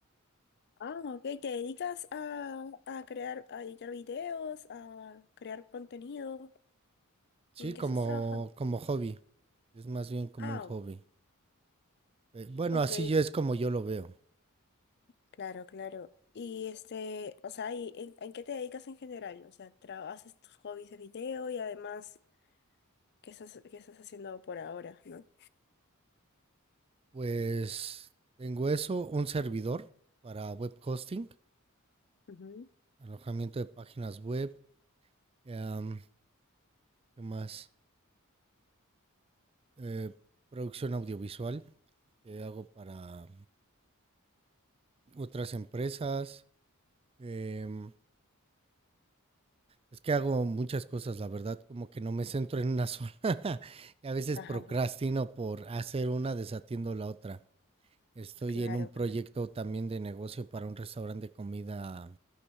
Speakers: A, on the left; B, on the right.
A: Ah, ok, ¿te dedicas a, a crear, a editar videos, a crear contenido?
B: Sí,
A: ¿En
B: como,
A: qué estás trabajando?
B: como hobby. Es más bien como
A: Ah,
B: un hobby. Eh, Bueno,
A: ok,
B: así yo es como yo lo veo.
A: claro, claro. Y este, o sea, ¿y en, en qué te dedicas en general? O sea, tra- haces tus hobbies de video y además qué estás, qué estás haciendo por ahora, ¿no?
B: Pues tengo eso, un servidor para web hosting,
A: Ujú.
B: alojamiento de páginas web Em, ¿qué más? Eh, producción audiovisual que hago para otras empresas. em, es que hago muchas cosas, la verdad, como que no me centro en una sola. <laughs> Y a veces
A: Ajá,
B: procrastino
A: ajá.
B: por hacer una, desatiendo la otra. Estoy
A: Claro,
B: en un proyecto
A: claro.
B: también de negocio para un restaurante de comida